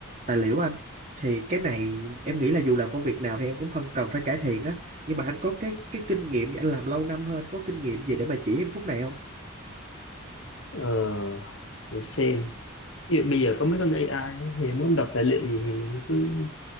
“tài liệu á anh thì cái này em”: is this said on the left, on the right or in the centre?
Right